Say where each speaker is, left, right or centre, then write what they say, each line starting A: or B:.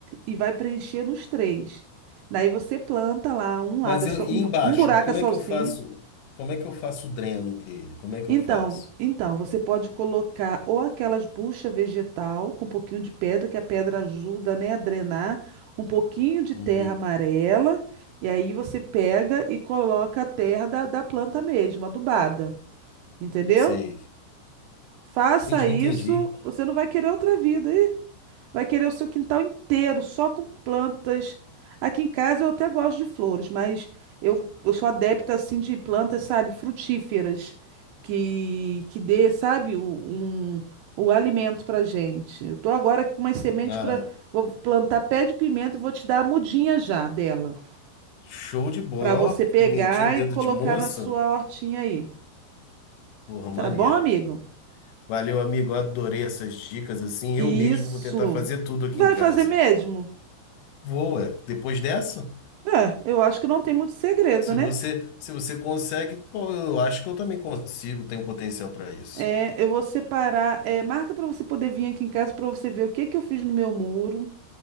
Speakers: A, on the right; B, on the left.
A: e vai preencher nos três. Daí você planta lá um lado,
B: Mas eu, e embaixo,
A: um um buraco
B: como
A: a salsinha.
B: é que eu faço? Como é que eu faço o dreno dele? Como é que
A: Então,
B: eu faço?
A: então, você pode colocar ou aquelas bucha vegetal com um pouquinho de pedra, que a pedra ajuda, né, a drenar, um pouquinho de
B: Uhum.
A: terra amarela, e aí você pega e coloca a terra da, da planta mesmo, adubada. Entendeu?
B: Sei.
A: Faça
B: Entendi,
A: isso,
B: entendi.
A: você não vai querer outra vida. Vai querer o seu quintal inteiro, só com plantas. Aqui em casa eu até gosto de flores, mas eu, eu sou adepta assim de plantas, sabe, frutíferas, que, que dê, sabe, o, um, o alimento pra gente. Eu tô agora aqui com umas sementes
B: Ah,
A: para vou plantar pé de pimenta e vou te dar a mudinha já dela,
B: show de bola,
A: pra você
B: ó.
A: pegar
B: Pimentinha, dedo
A: e colocar
B: de moça.
A: na sua hortinha aí.
B: Porra, maneiro.
A: Tá bom, amigo?
B: Valeu, amigo. Adorei essas dicas assim.
A: Isso.
B: Eu mesmo vou tentar fazer tudo aqui
A: Vai
B: em casa.
A: fazer mesmo?
B: Vou, é. Depois dessa?
A: É, eu acho que não tem muito segredo,
B: Se
A: né?
B: você, se você consegue, co- eu acho que eu também consigo, tenho potencial para isso.
A: É, eu vou separar, é, marca para você poder vir aqui em casa para você ver o que que eu fiz no meu muro,